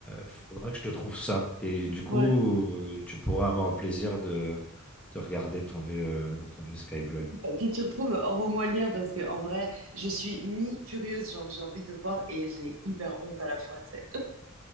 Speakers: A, in the centre; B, on the right.
A: Faudra que je te trouve ça. Et du coup,
B: Ouais.
A: euh, tu pourras avoir le plaisir de, de regarder ton vieux, euh, ton vieux Skyblog.
B: Bah, si tu retrouves, envoie-moi le lien parce que, en vrai, je suis mi-curieuse, genre, j'ai envie de voir et j'ai hyper honte à la fois, tu sais.